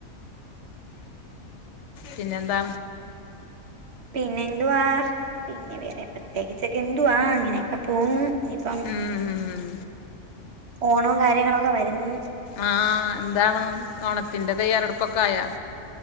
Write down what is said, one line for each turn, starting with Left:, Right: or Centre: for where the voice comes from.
Left: പിന്നെന്താ
Right: പിന്നെ എന്തുവാ പിന്നെ വേറെ പ്രത്യേകിച്ചൊക്കെ എന്തുവാ അങ്ങനെയ അ പോവ്ന്ന് ഇനിപ്പം
Left: ഉം, ഉം, ഉം.
Right: ഓണവും കാര്യങ്ങളൊക്കെ വരുന്ന്
Left: ആ എന്താണ് ഓണത്തിന്റെ തയ്യാറെടുപ്പൊക്കെ ആയാ